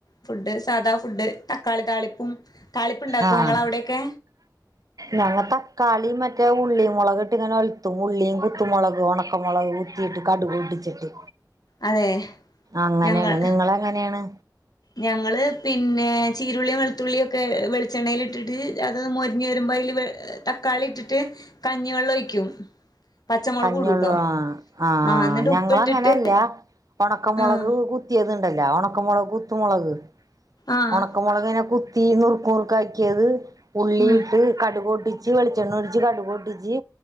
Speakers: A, on the left (about 60°); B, on the right (about 55°).
A: ഫുഡ് സാധാ ഫുഡ് തക്കാളി താളിപ്പും താളിപ്പ് ഉണ്ടാക്കും
B: ആഹ്
A: നിങ്ങളാ അവിടെക്കെ
B: ഞങ്ങ തക്കാളി മറ്റേ ഉള്ളി മുളക് ഇട്ട് ഇങ്ങനെ ഒലുത്തും ഉള്ളിയും കുത്തുമുളക് ഉണക്കമുളക് ത്തിട്ട് കടുക് പൊട്ടിച്ചിട്ട്
A: അതെ
B: അങ്ങനെയാണ്
A: ഞങ്ങൾ
B: നിങ്ങളെങ്ങനെയാണ്
A: ഞങ്ങള് പിന്നെ ചീരുള്ളിയും വെളുത്തുള്ളിയും ഒക്കെ വെളിച്ചെണ്ണേൽ ഇട്ടിട്ട് അത് മൊരിഞ്ഞു വരുമ്പോ വൽ തക്കാളി ഇട്ടിട്ട് കഞ്ഞി വെള്ളം ഒഴിക്കും പച്ചമുളക്
B: കഞ്ഞുള്ള
A: ഇടൂട്ടോ
B: ആ ആ
A: ആഹ് എന്നിട്ട്
B: ഞങ്ങള്
A: ഉപ്പിട്ടിട്ട്
B: അങ്ങനെല്ല ഒണക്കമൊളക്
A: ആഹ്
B: കുത്തിയത് ഇല്ല ഉണക്കമളക് കുത്തു മുളക്
A: ആഹ്
B: ഉണക്കമുളകിനെ കുത്തി നുറു നുറുക്കാക്കിയത് ഉള്ളിയിട്ട്
A: ഉം
B: കടുക് പൊട്ടിച്ച് വെളിച്ചെണ്ണ ഒഴിച്ച് കടുക് പൊട്ടിച്ച്